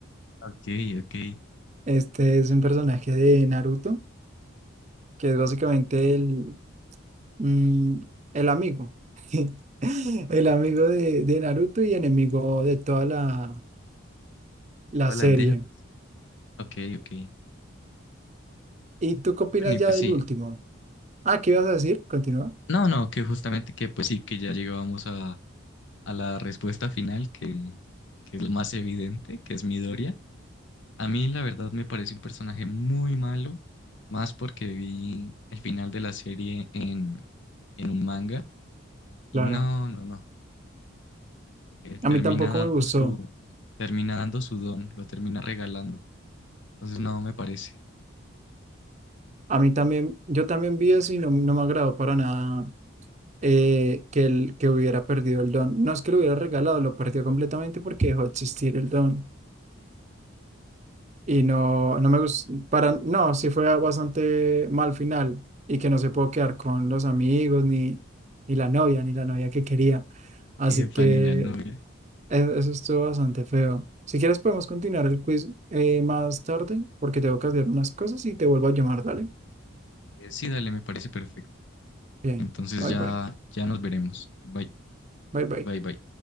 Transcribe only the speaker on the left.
Ok, ok.
¿Toda
la aldea? Ok, ok.
Bueno, y
pues
sí.
No, no, que justamente que pues sí, que ya llegábamos a, a la respuesta final, que, que es lo más evidente, que es Midoriya. A mí la verdad me parece un personaje muy malo, más porque vi el final de la serie en, en un manga. Y
no, no, no. él
termina
dando
su, termina dando su don, lo termina regalando. Entonces, no, me parece.
Epa,
ni <laughs> la novia.
Eh, Sí, dale, me parece perfecto.
Entonces
ya,
ya nos veremos. Bye,
bye, bye.